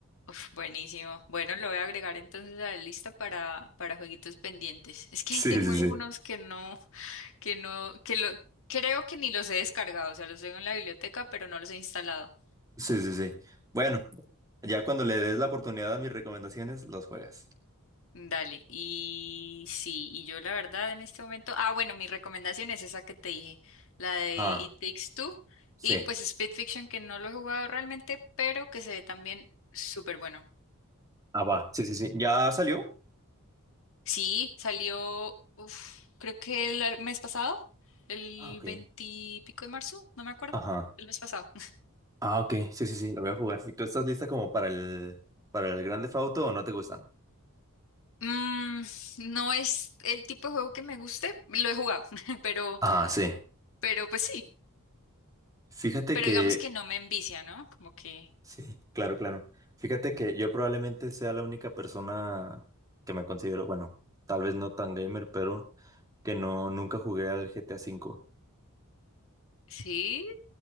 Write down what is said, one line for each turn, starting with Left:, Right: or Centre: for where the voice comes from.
Left: Uf, buenísimo. Bueno, lo voy a agregar entonces a la lista para, para jueguitos pendientes. Es que
Right: Sí,
Left: ahí tengo
Right: sí,
Left: algunos
Right: sí.
Left: que no, <laughs> que no, que lo, creo que ni los he descargado, o sea, los tengo en la biblioteca, pero no los he instalado.
Right: Sí, sí, sí. Bueno. Ya cuando le des la oportunidad a mis recomendaciones, los juegas.
Left: Dale, y sí, y yo la verdad en este momento, ah, bueno, mi recomendación es esa que te dije, la de
Right: Ah,
Left: It Takes Two,
Right: sí.
Left: y pues speed Fiction, que no lo he jugado realmente, pero que se ve también súper bueno.
Right: Ah, va. Sí, sí, sí. ¿Ya salió?
Left: Sí, salió, uf, creo que el mes pasado, el
Right: Ah, ok.
Left: veintipico de marzo, no me acuerdo,
Right: Ajá.
Left: el mes pasado.
Right: Ah, ok. Sí, sí, sí. Lo voy a jugar. ¿Y tú estás lista como para el para el Grand Theft Auto o no te gustan?
Left: Mm, no es el tipo de juego que me guste, lo he jugado, <laughs> pero,
Right: Ah, sí.
Left: pero pues sí,
Right: Fíjate
Left: pero
Right: que
Left: digamos que no me envicia, ¿no? Como que
Right: sí, claro, claro. Fíjate que yo probablemente sea la única persona que me considero, bueno, tal vez no tan gamer, pero que no nunca jugué al GTA V.
Left: sí,